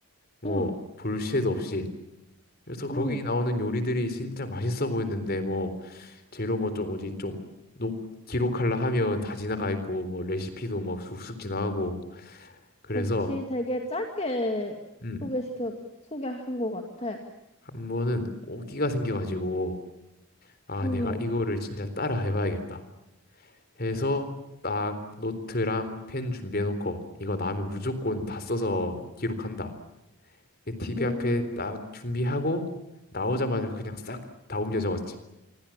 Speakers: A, on the left; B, on the left.
A: 뭐
B: 응,
A: 볼 새도 없이. 그래서 거기
B: 응.
A: 나오는 요리들이 진짜 맛있어 보였는데 뭐 재료 뭐 좀 어디 좀 녹, 기록할라 하면 다 지나가 있고 뭐 레시피도 뭐 쑥쑥 지나가고 그래서
B: 그치. 되게 짧게
A: 음,
B: 소개시켜, 소개한 것 같아.
A: 한 번은 오기가 생겨가지고 아
B: 응,
A: 내가 이거를 진짜 따라 해봐야겠다 해서 딱 노트랑 펜 준비해놓고 이거 나오면 무조건 다 써서 기록한다 이게 TV
B: 음.
A: 앞에 딱 준비하고 나오자마자 그냥 싹 다 옮겨 적었지